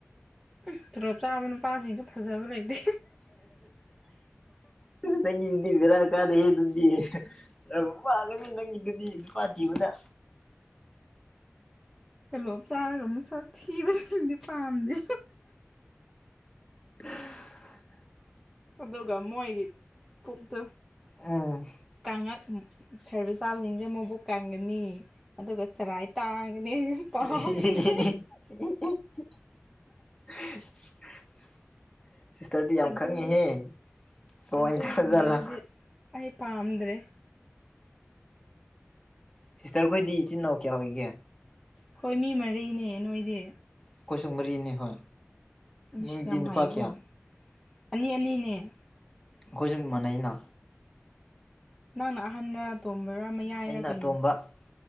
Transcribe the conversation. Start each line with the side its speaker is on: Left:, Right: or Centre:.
Centre: ꯎꯝ ꯇꯣꯂꯣꯞ ꯆꯥꯕ ꯅꯨꯄꯥꯁꯤꯡꯁꯨ ꯐꯖꯕ ꯂꯩꯇꯦ
Left: ꯅꯪꯒꯤꯗꯨꯗꯤ ꯕꯦꯔꯥ ꯀꯥꯗꯦꯍꯦ ꯑꯗꯨꯗꯤ ꯌꯥꯝ ꯋꯥꯒꯅꯤ ꯅꯪꯒꯤꯗꯨꯗꯤ ꯅꯨꯄꯥ ꯊꯤꯕꯗ
Centre: ꯇꯣꯂꯣꯞ ꯆꯥꯔꯒ ꯃꯁꯛ ꯊꯤꯕꯗꯨꯗꯤ ꯄꯥꯝꯗꯦ
Left: <inaudible>
Centre: ꯑꯗꯨꯒ ꯃꯣꯏꯒꯤ ꯄꯨꯛꯇꯨ
Left: ꯎꯝ
Centre: ꯀꯪꯉꯛ ꯁꯔꯕꯤꯁ ꯆꯥꯕꯁꯤꯡꯁꯦ ꯃꯕꯨꯛ ꯀꯪꯒꯅꯤ ꯑꯗꯨꯒ ꯆꯔꯥꯏ ꯇꯥꯡꯒꯅꯤ
Left: <unintelligible>
Centre: ꯄꯥꯝꯗꯦ
Left: <unintelligible> ꯁꯤꯁꯇꯔꯗꯤ ꯌꯥꯝ
Centre: ꯑꯗꯨ
Left: ꯈꯪꯉꯤꯍꯦ ꯀꯃꯥꯏ
Centre: ꯑꯗꯨꯒꯨꯝꯕꯗꯨꯗꯤ
Left: ꯇꯧꯕ ꯖꯥꯠꯂꯥ
Centre: ꯑꯩ ꯄꯥꯝꯗ꯭ꯔꯦ
Left: ꯁꯤꯁꯇꯔꯈꯣꯏꯗꯤ ꯏꯆꯤꯟ ꯏꯅꯥꯎ ꯀꯌꯥ ꯑꯣꯏꯒꯦ
Centre: ꯈꯣꯏ ꯃꯤ ꯃꯔꯤꯅꯦ ꯅꯣꯏꯗꯤ
Left: ꯈꯣꯏꯁꯨ ꯃꯔꯤꯅꯤ ꯍꯣꯏ
Centre: ꯏꯁ
Left: ꯅꯣꯏꯗꯤ
Centre: ꯌꯥꯝ
Left: ꯅꯨꯄꯥ
Centre: ꯍꯥꯏꯌꯦꯀꯣ
Left: ꯀꯌꯥ
Centre: ꯑꯅꯤ ꯑꯅꯤꯅꯦ
Left: ꯑꯩꯈꯣꯏꯁꯨ ꯃꯥꯟꯅꯩꯩꯅ
Centre: ꯅꯪꯅ ꯑꯍꯟꯔꯥ ꯑꯇꯣꯝꯕꯔꯥ ꯃꯌꯥꯏꯔꯥ
Left: ꯑꯩꯅ
Centre: ꯀꯩꯅꯣ
Left: ꯑꯇꯣꯝꯕ